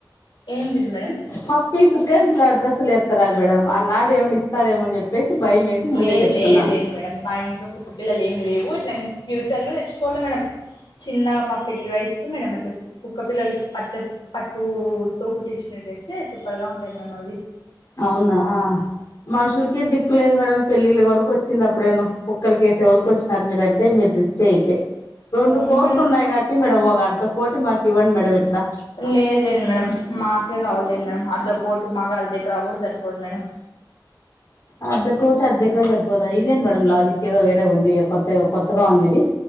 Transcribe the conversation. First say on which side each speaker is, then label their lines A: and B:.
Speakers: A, on the left (about 80°); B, on the left (about 45°).
A: ఏందిది మేడం
B: పప్పీస్ గాని బ్ల డ్రెస్సులు ఎత్తన్నారు మేడం అలాంటి ఏమైనా ఇస్తారేమో అని చెప్పేసి భయం వేసి ముందే
A: లేదు
B: చెప్తున్నాను
A: లేదు లేండి మేడం మా ఇంట్లో కుక్క పిల్లలు ఏం లేవు ఇట్లా ఫ్యూచర్లో తెచ్చుకోవళ్ళ మేడం చిన్నగా మా పెళ్లి వయసుకి మేడం మట్ల కుక్క పిల్లలకి పట్టు పట్టు తో కుట్టించినటెవేస్తే సూపర్ గా ఉంటాయి మేడమ్ అది
B: అవునా మనుషులకే దిక్కులేదు మేడం పెళ్ళిళ్ళ వరకు వచ్చింది అప్పుడేను కుక్కలకేసే వరకు వచ్చినారు మీరంటే మీరు రిచ్ అయితే రెండు
A: అవును
B: కోట్లు
A: మేడం
B: ఉన్నాయి కాబట్టి మేడం ఒక అర్ధ కోటి మాకు ఇవ్వండి మేడం ఇట్లా
A: లేదులేండి మేడం మాకే కావాలేండి మేడం అర్ధ కో మాకది డేకరా కూడా సరిపోదు మేడం
B: అర్ధ కోటి అర్ధ ఎకరా సర్పోదా ఇదేం మేడం లాజిక్ కేదో వేరేగుంది కొత్త కొత్తగా ఉందిది